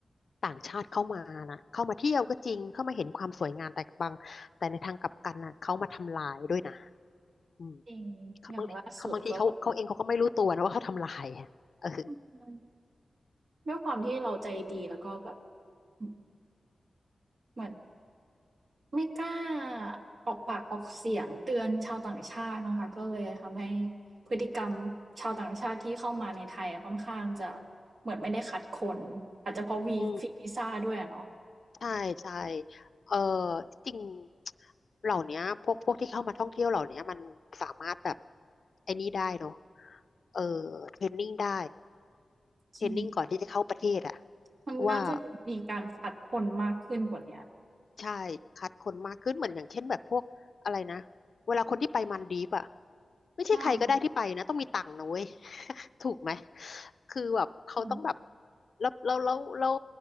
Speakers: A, on the left; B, on the right.
A: ต่างชาติเข้ามานะเข้ามาเที่ยวก็จริงเข้ามาเห็นความสวยงามแต่บางแต่ในทางกลับกันน่ะเขามาทำลายด้วยนะอืม
B: จริงอย่างล่าสุดก็
A: เขาบางทีเขาบางทีเขาเขาเองเขาก็ไม่รู้ตัวนะว่าเขาทำลายอะเออ
B: อืมด้วยความที่เราใจดีแล้วก็แบบอืมเหมือนไม่กล้าออกปากออกเสียงเตือนชาวต่างชาตินะคะก็เลยทำให้พฤติกรรมชาวต่างชาติที่เข้ามาในไทยค่อนข้างจะเหมือนไม่ได้คัดคนอาจจะเพราะวีฟรีวีซาด้วยอะเนาะ
A: อืม ใช่ใช่เออที่จริงเหล่าเนี้ยพวกพวกที่เข้ามาท่องเที่ยวเหล่าเนี้ยมันสามารถแบบไอ้นี่ได้เนาะเออ เทรนนิ่งได้ เทรนนิ่งก่อนที่จะเข้าประเทศอะ
B: จริงมันน่าจะมีการคัดคนมากขึ้นกว่าเนี้ย
A: ว่า ใช่คัดคนมากขึ้นเหมือนอย่างเช่นแบบพวกอะไรนะเวลาคนที่ไปมันดีฟอ่ะไม่ใช่ใครก็ได้ที่ไปนะต้องมีตังค์นะเว้ย
B: อา
A: <laughs> ถูกไหมคือแบบเขาต้องแบบ
B: อืม
A: แล้วแล้วแล้วแล้ว